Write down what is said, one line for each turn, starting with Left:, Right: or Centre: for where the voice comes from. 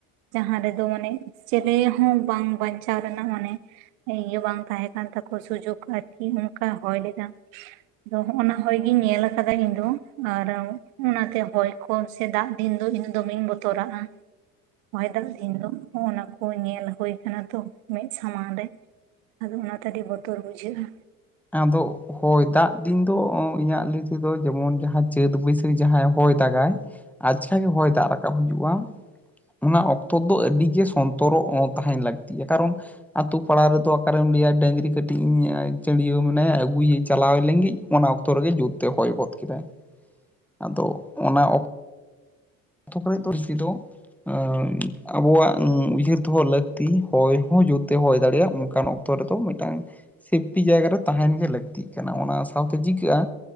Right: ᱡᱟᱦᱟᱸ ᱨᱮᱫᱚ ᱢᱟᱱᱮ ᱪᱮᱞᱮ ᱦᱚᱸ ᱵᱟᱝ ᱵᱟᱧᱪᱟᱣ ᱨᱮᱱᱟᱜ ᱢᱟᱱᱮ ᱤᱭᱟᱹ ᱵᱟᱝ ᱛᱟᱦᱮᱸ ᱠᱟᱱ ᱛᱟᱠᱚ ᱥᱩᱡᱳᱜ ᱟᱨᱠᱤ ᱚᱱᱠᱟ ᱦᱚᱭ ᱞᱮᱫᱟ᱾ ᱟᱫᱚ ᱦᱚᱸᱜ-ᱚᱱᱟ ᱦᱚᱭ ᱜᱤᱧ ᱧᱮᱞ ᱟᱠᱟᱫᱟ ᱤᱧ ᱫᱚ᱾ ᱟᱨ ᱚᱱᱟᱛᱮ ᱦᱚᱭ ᱠᱚ ᱥᱮ ᱫᱟᱜ ᱫᱤᱱ ᱫᱚ ᱤᱧ ᱫᱚ ᱫᱚᱢᱮᱧ ᱵᱚᱛᱚᱨᱟᱜᱼᱟ᱾ ᱦᱚᱭ ᱫᱟᱜ ᱫᱤᱱ ᱫᱚ ᱱᱚᱜ-ᱚᱱᱟ ᱠᱚ ᱧᱮᱞ ᱦᱳᱭ ᱟᱠᱟᱱᱟ ᱛᱚ ᱢᱮᱫ ᱥᱟᱢᱟᱝ ᱨᱮ᱾ ᱟᱫᱚ ᱚᱱᱟᱛᱮ ᱟᱹᱰᱤ ᱵᱚᱛᱚᱨ ᱵᱩᱡᱷᱟᱹᱜᱼᱟ
Centre: ᱟᱫᱚ ᱦᱚᱭ ᱫᱟᱜ ᱫᱤᱱ ᱫᱚ ᱤᱧᱟᱹᱜ ᱞᱟᱹᱭ ᱛᱮ ᱫᱚ ᱡᱮᱢᱚᱱ ᱡᱟᱦᱟᱸ ᱪᱟᱹᱛ ᱵᱟᱹᱭᱥᱟᱹᱠᱷ ᱡᱟᱦᱟᱸ ᱦᱚᱭ ᱫᱟᱜᱟᱭ ᱟᱪᱠᱟ ᱜᱮ ᱦᱚᱭ ᱫᱟᱜ ᱨᱟᱠᱟᱵ ᱦᱤᱡᱩᱜᱼᱟ᱾ ᱚᱱᱟ ᱚᱠᱛᱚ ᱫᱚ ᱟᱹᱰᱤᱜᱮ ᱥᱚᱱᱛᱚᱨᱚᱜ ᱚᱸ ᱛᱟᱦᱮᱱ ᱞᱟᱹᱠᱛᱤᱭᱟ ᱠᱟᱨᱚᱱ ᱟᱛᱳ ᱯᱟᱲᱟ ᱨᱮᱫᱚ ᱚᱠᱟᱨᱮᱢ ᱞᱟᱹᱭᱟ ᱰᱟᱹᱝᱨᱤ ᱠᱟᱹᱴᱤᱡ ᱤᱧ ᱪᱟᱹᱰᱤᱭᱟᱹ ᱢᱟᱱᱮ ᱟᱹᱜᱩᱭᱭᱤᱧ ᱪᱟᱞᱟᱣ ᱞᱮᱱ ᱜᱤᱧ ᱚᱱᱟ ᱚᱠᱛᱚ ᱨᱮᱜᱮ ᱡᱩᱨ ᱛᱮ ᱦᱚᱭ ᱜᱚᱫ ᱠᱮᱫᱟᱭ᱾ ᱟᱫᱚ ᱚᱱᱟ ᱚᱠᱛᱚ <unintelligible> ᱮᱸ ᱟᱵᱚᱣᱟᱜ ᱩᱭᱦᱟᱹᱨ ᱫᱚᱦᱚ ᱞᱟᱹᱠᱛᱤ ᱦᱚᱭ ᱦᱚᱸ ᱡᱳᱨ ᱛᱮ ᱦᱚᱭ ᱫᱟᱲᱮᱭᱟᱜ ᱚᱱᱠᱟᱱ ᱚᱠ ᱚᱠᱛᱚ ᱨᱮᱫᱚ ᱢᱤᱫᱴᱟᱝ ᱥᱮᱯᱴᱤ ᱡᱟᱭᱜᱟ ᱨᱮ ᱛᱟᱦᱮᱱ ᱜᱮ ᱞᱟᱹᱠᱛᱤᱜ ᱠᱟᱱᱟ ᱚᱱᱟ ᱥᱟᱶᱛᱮ ᱪᱤᱠᱟᱹᱜᱼᱟ,